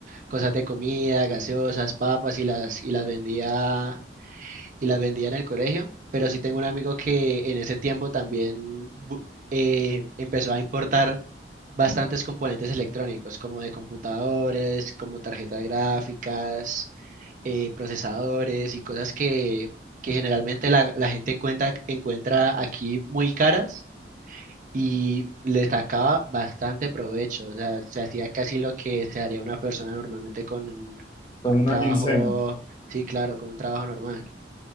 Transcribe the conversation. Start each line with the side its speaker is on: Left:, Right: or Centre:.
Right: cosas de comida, gaseosas, papas y las y las vendía y las vendía en el colegio. Pero sí tengo un amigo que en ese tiempo también bu- eh, empezó a importar bastantes componentes electrónicos, como de computadores, como tarjetas gráficas eh, procesadores y cosas que, que generalmente la, la gente encuentra, encuentra aquí muy caras y le sacaba bastante provecho. O sea, se hacía casi lo que se haría una persona normalmente con un, con
Left: con
Right: un
Left: una
Right: trabajo,
Left: quincena.
Right: sí, claro, con un trabajo normal.